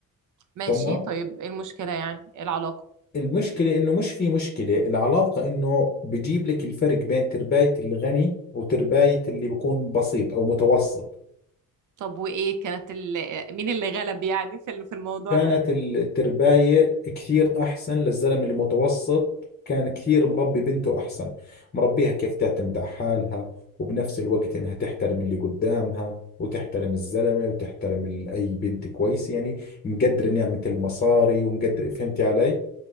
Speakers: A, on the right (about 55°); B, on the left (about 25°).
A: ماشي
B: تمام
A: طيب ايه المشكلة يعني ايه العلاقة
B: المشكلة انه مش في مشكلة العلاقة انه بجيب لك الفرق بين ترباية الغني وترباية اللي بيكون بسيط او متوسط
A: طب وايه كانت ال... آه، مين اللي غلب يعني في ال- في الموضوع
B: كانت
A: ده
B: الترباية كثير أحسن للزلمة اللي متوسط كان كثير مربي بنته أحسن مربيها كيف تعتمد على حالها وبنفس الوقت إنها تحترم اللي قدامها وتحترم الزلمة وتحترم ال- أي بنت كويسة يعني مقدرة نعمة المصاري ومقدرة فهمتي علي